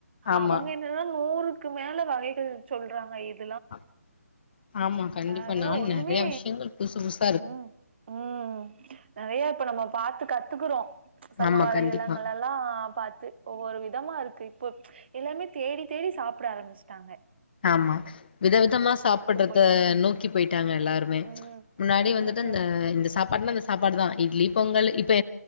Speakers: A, on the left; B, on the right.
A: ஆமா
B: அவங்க என்னான்னா நூறுக்கு இக்கு மேல வகைகள் சொல்றாங்க இது
A: ஆ ஆமா கண்டிப்பா
B: அதெல்லாம்
A: நானு
B: ஒண்ணுமே
A: நெறைய விஷயங்கள் பசு புஸ்
B: ம் ம் நெறையா இப்ப நம்ம பாத்து கத்துக்குறோ சமூக
A: ஆமா
B: வலைதளங்களலா
A: கண்டிப்பா
B: எ பாத்து ஒவ்வொரு விதமா இருக்கு இப்ப எல்லாமே தேடி தேடி சாப்ட ஆரம்பிச்ட்டாங்க
A: ஆமா விதவிதமா சாப்புட்றத
B: போய்.
A: நோக்கி போயிட்டாங்க எல்லாருமே
B: ம்.
A: முன்னாடி முன்னாடி வந்துட்டு
B: ம், ம்.
A: இந்த இந்த சாப்பா பண்ண அந்த சாப்பாடு தா இட்லி பொங்கல் இப்ப